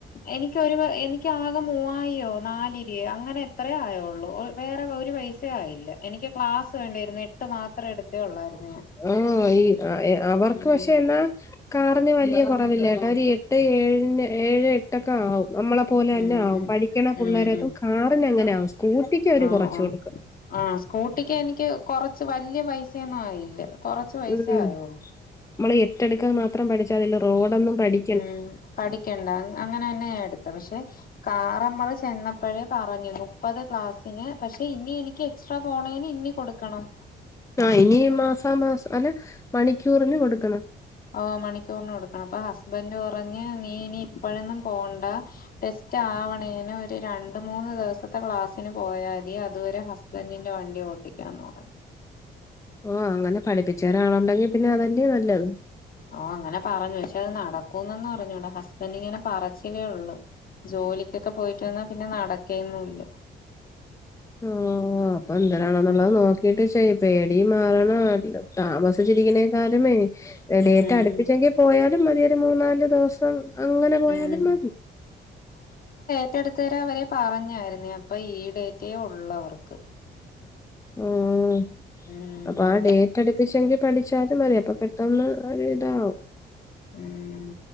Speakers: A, on the left; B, on the left.
A: എനിക്കൊരു പ എനിക്ക് ആകെ മുവായിരേ നാല്. <unintelligible> അങ്ങനെ എത്രയോ ആയുള്ള, വേറെ ഒരു പൈസ ആയില്ല എനിക്ക് ക്ലാസ് വേണ്ടായിരുന്നു എട്ട്. എട്ട് മാത്രം എടുത്തെ ഉള്ളായിരുന്നു ഞാൻ.
B: ഉം ഈ ആഹ് അവർക്ക്
A: ഉം
B: പക്ഷെ എന്നാ. കാറിന് വെല്യ കുറവില്ലൃട്ടോ, ഒരു എട്ട് ഏഴിന് ഏഴ് എട്ട് ഒക്കെ ആവും നമ്മളെ. പോലെ
A: ഉം
B: തന്നെ ആവും,
A: ഉം
B: പഠിക്കണ് പിള്ളേരൊക്കെ
A: ഉം ഉം
B: കാറിന് അങ്ങനെ ആവും സ്കൂട്ടിക്ക് അവര്
A: ആഹ്
B: കുറച്ചോളൂ.
A: ആഹ് ആഹ് സ്കൂട്ടിക്ക് എനിക്ക് കൊറച്ച് വലൃ പൈസയൊന്നും ആയില്ല കെറച്ച് പൈസെ
B: ഉം
A: ആയൊള്ളൂ.
B: നമ്മള് എട്ടെടുക്കാൻ മാത്രം പഠിച്ചാ മതിയല്ലോ റോഡൊന്നും പഠി
A: ഉം പഠിക്കണ്ട അങ്ങനെ തന്നെ ഞാ എടുത്തെ പക്ഷെ. കാറ് നമ്മള് ചെന്നപ്പഴേ പറഞ്ഞു മുപ്പത് ക്ലാസ്സിന് പക്ഷെ ഇനി എനിക്ക്. എക്സ്ട്രാ പോണേന് ഇന്നി കൊടുക്കെണം.
B: ആഹ് ഇനീ മാസാ, മാസം അല്ല മണിക്കൂറിന് കൊടുക്കണം.
A: ആഹ് മണിക്കൂറിന് കൊടുക്കണം അപ്പൊ ഹസ്ബന്റ് പറഞ്ഞ് നീ ഇനി ഇപ്പഴൊന്നും പോവണ്ടാ. ടെസ്റ്റ് ആവണേന് ഒരു രണ്ട് മൂന്ന് ദിവസത്തെ ക്ലാസ്സിന് പോയാ മതി അത് വരെ ഹസ് ബന്റിൻ്റെ വണ്ടി ഓട്ടിക്കാന്ന് പറഞ്ഞ്.
B: ഓഹ് അങ്ങനെ പഠിപ്പിച്ചെരാനാളുണ്ടെങ്കിൽ പിന്നെ അതല്ലേ നല്ലത്.
A: ഓഹ് അങ്ങനെ പറഞ്ഞു പക്ഷെ അത് നടക്കൂന്നെന്ന് അറിഞ്ഞൂട ഹസ്ബൻ്റ് ഇങ്ങനെ പറച്ചിലെ ഉള്ളു. ജോലിക്കൊക്കെ പോയിട്ട് വന്നാ പിന്നെ നടക്കെയെന്നുല്ല.
B: ഓഹ് അപ്പെന്തിരാണന്നുള്ളത്
A: ഉം
B: നോക്കീട്ട് ചെയ്. പേടി മാറണം താമസിച്ചിരിക്കണെക്കാലുമേ
A: ഉം
B: ഡേറ്റടുപ്പിച്ചെങ്കി
A: ഉം
B: പോയാലും മതി ഒരു മൂന്നാല് ദൂസം അങ്ങനെ പോയാലും
A: ഉം
B: മതി.
A: ഡേറ്റെടുത്തെരാ വരെ പറഞ്ഞായിരുന്നെ അപ്പൊ ഈ ഡേറ്റെ ഉള്ളൂ അവർക്ക്.
B: ഉം
A: ഉം
B: അപ്പൊ ആഹ് ഡേ പഠിപ്പിച്ചെങ്കി പഠിച്ചാലും മതി അപ്പൊ പെട്ടെന്ന് ഒര്താവും.
A: ഉം